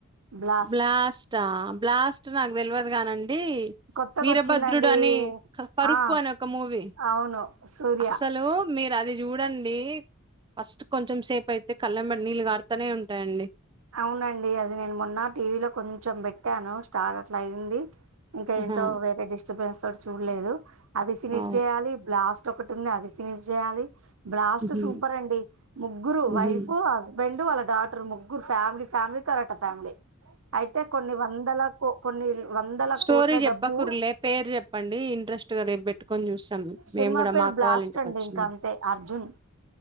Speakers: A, on the right; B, on the right.
A: బ్లాస్ట్
B: బ్లాస్ట బ్లాస్ట్ నాకు తెలవదు కానండి
A: కొత్తగా
B: వీరభద్రుడు
A: వచ్చిందండి
B: అని కరుపు
A: ఆ
B: అని ఒక మూవీ
A: అవును సూర్య
B: అసలు మే అది చూడండి ఫస్ట్ కొంచెం సేపు అయితే కల్లంబడి నీళ్ళు కరూతనే ఉంటాయండి
A: అవునండి అది నేను మొన్న టీవీలో కొంచెం పెట్టాను స్టార్ అట్ల అయింది ఇంకా
B: ఆహా
A: ఏంటో వేరే డిస్టర్బెన్స్ తోటి చూడలేదు అది ఫినిష్
B: ఆ
A: చేయాలి బ్లాస్ ఒకటి ఉంది అది ఫినిష్ చేయాలి బ్లాస్ట్
B: ఉహు
A: సూపర్ అండి ముగ్గురు
B: ఉహు
A: వైఫ్ హస్ బెండు వాళ్ళ డాటర్ ముగ్గురు ఫ్యామిలీ ఫ్యామిలీ కరాట ఫ్యామిలీ అయితే కొన్ని వందల కో కొన్ని వందల
B: స్టోరీ
A: కోట్ల
B: చెప్పకుర్లే
A: డబ్బు
B: పేరు చెప్పండి ఇంట్రెస్ట్ గా రేపు పెట్టుకొని చూస్తాం
A: సినిమా
B: మేము కూడా
A: పేరు
B: మాకు
A: బ్లాస్ట్
B: కావాలి ఇంటికోచ్చినాం
A: అండి ఇంక అంతే అర్జున్.